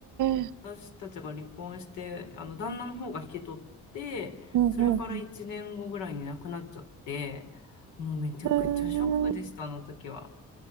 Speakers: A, on the right; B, on the left.
A: え。
B: 私たちが離婚して、あの旦那の方が引き取って、
A: うんうんうん。
B: それから1年後ぐらいに亡くなっちゃって、もうめちゃくちゃショックでした、
A: うん
B: あの時は。